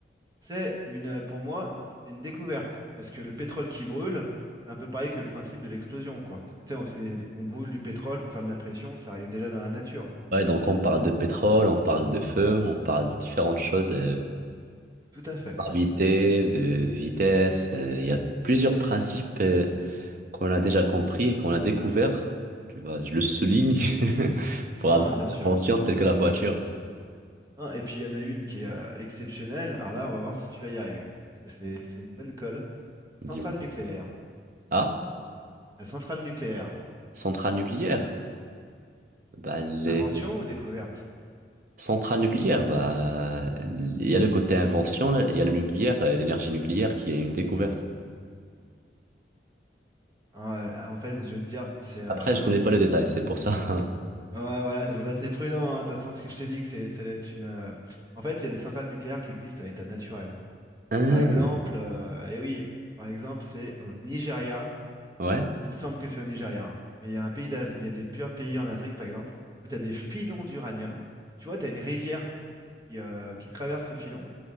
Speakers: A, on the right (about 20°); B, on the right (about 50°).
A: C'est une, pour moi, c'est une découverte. Parce que le pétrole qui brûle, c'est un peu pareil que le principe de l'explosion, quoi. Parce que tu sais, on, c'est- on brûle du pétrole pour faire de la pression, ça arrive déjà dans la nature.
B: Ouais, donc on parle de pétrole, on parle de feu, on parle de différentes choses, euh,
A: Tout à fait.
B: gravité, de vitesse. euh, Il y a plusieurs principes euh, qu'on a déjà compris et qu'on a découvert. Tu vois, je le souligne <laughs> pour
A: Non,
B: avoir
A: bien
B: une
A: sûr.
B: invention telle que la voiture.
A: Non, et puis il y en a une qui est euh, exceptionnelle. Alors là, on va voir si tu vas y arriver. Parce que c'est c'est une bonne colle.
B: Dis-moi.
A: Centrale nucléaire.
B: Ah,
A: La centrale nucléaire.
B: centrale nucléaire. Bah, les
A: Invention ou découverte?
B: centrales nucléaires, bah, il y a le côté invention, là, il y a le nucléaire, euh, l'énergie nucléaire qui est une découverte.
A: Ah, euh, en fait, je vais te dire, c'est... euh,
B: Après, je connais pas le détail,
A: c'est-
B: c'est pour ça. <laughs>
A: Ouais, voilà, c'est pour ça que t'es prudent, hein, t'as senti ce que je t'ai dit, que c'est, ça allait être une... euh, En fait, il y a des centrales nucléaires qui existent à l'état naturel.
B: Ah,
A: Par exemple, et oui, par exemple, c'est au Nigeria.
B: ouais.
A: Il me semble que c'est au Nigeria. hein. Mais il y a un pays d'Af- il y a des purs pays en Afrique, par exemple, où tu as des filons d'uranium. Tu vois, tu as une rivière qui, euh, qui traverse le filon,